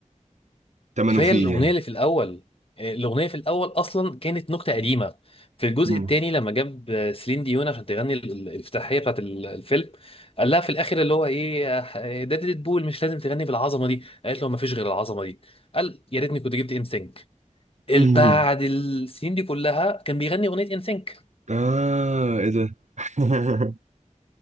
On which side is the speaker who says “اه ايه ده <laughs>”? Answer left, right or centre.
Right